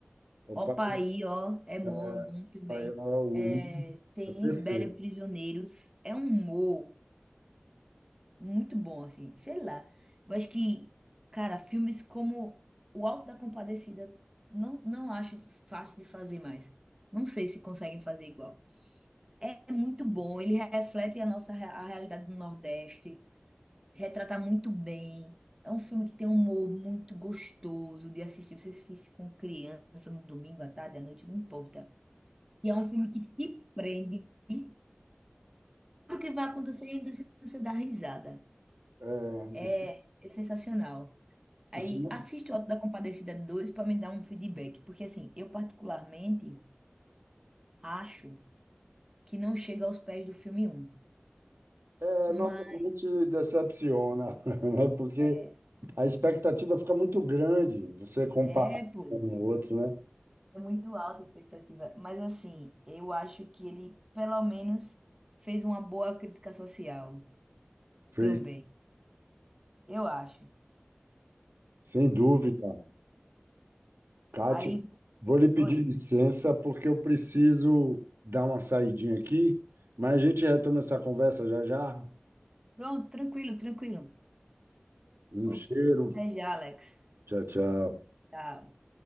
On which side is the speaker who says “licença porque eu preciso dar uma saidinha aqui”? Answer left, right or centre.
Right